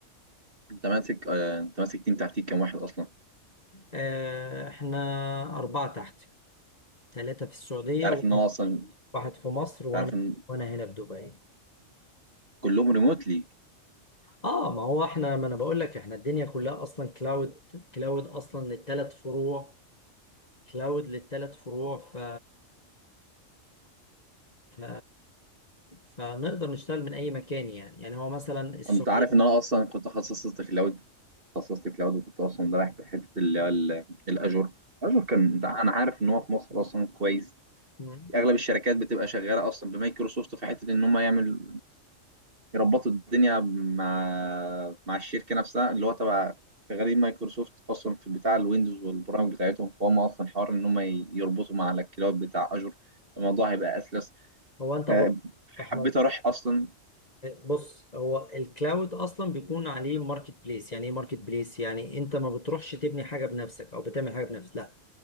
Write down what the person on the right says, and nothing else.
انت ماسك آه انت ماسك تيم تحتيك كام واحد اصلا
انت عارف
ان انا اصلا انت
عارف ان
كلهم ريموتلي
انت عارف ان انا اصلا كنت تخصصت كلاود تخصصت كلاود وكنت اصلا رايح في حته اللي هو ال- الاجور الاجور كان انت- انا عارف ان هو في مصر اصلا كويس
اغلب الشركات بتبقى شغاله اصلا بمايكروسوفت في حته ان هم يعمل يربطوا الدنيا مع مع الشركه نفسها اللي هو تبع شغالين مايكروسوفت اصلا في بتاع الويندوز والبرامج بتاعتهم فهم اصلا حوار ان هم ي- يربطوا مع الكلاود بتاع اجور الموضوع هيبقى اسلس
آه،
حبيت اروح اصلا